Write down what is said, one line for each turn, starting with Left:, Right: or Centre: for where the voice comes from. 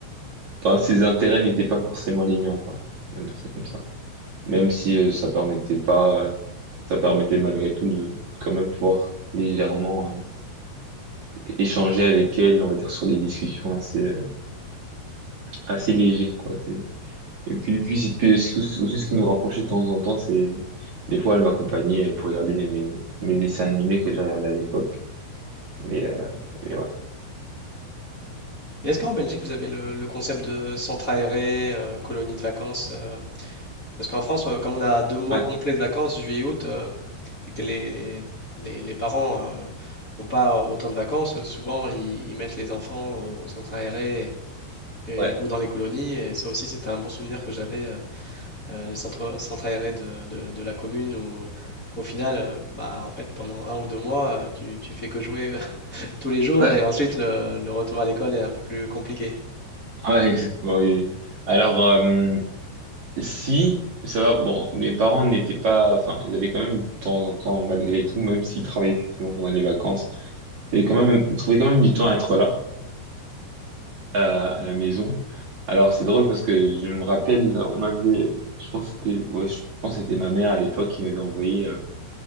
Right: ben, ses intérêts n'étaient pas forcément les miens, quoi. On va dire ça comme ça. même si euh, ça permettait pas, euh, ça permettait malgré tout de quand même pouvoir légèrement euh, échanger avec elle, on va dire sur des discussions assez euh, assez légères quoi. C'est... Et puis puis c'est puis aussi aussi ce qui nous rapprochait de temps en temps, c'est des fois elle m'accompagnait pour regarder mes mes dessins animés que j'ai regardés à l'époque. Mais euh, mais ouais
Left: Et est-ce qu'en Belgique, vous avez le, le concept de centre aéré, euh, colonie de vacances euh, Parce qu'en France, euh, comme on a deux mois
Right: ouais
Left: complets de vacances, juillet, août, euh, et que les, les, les- les parents n'ont pas autant de vacances, euh, souvent ils, ils mettent les enfants au, au centre aéré et-
Right: ouais
Left: ou dans les colonies. Et ça aussi, c'était un bon souvenir que j'avais, euh, euh, le centre, centre aéré de, de- de la commune où. euh, Au final, euh, bah, en fait, pendant un ou deux mois, euh, tu, tu fais que jouer <laughs> tous les jours
Right: ouais
Left: et ensuite le, le retour à l'école est un peu plus compliqué.
Right: ouais exactement. oui. Alors euh, Si, ça va, bon, mes parents n'étaient pas, enfin, ils avaient quand même de temps en temps, malgré tout, même s'ils travaillaient effectivement pendant les vacances, ils avaient quand même, ils trouvaient quand même du temps à être là, euh, à la maison. Alors, c'est drôle parce que je me rappelle, on m'avait, je pense que c'était, ouais, je pense que c'était ma mère à l'époque qui m'avait envoyé, euh,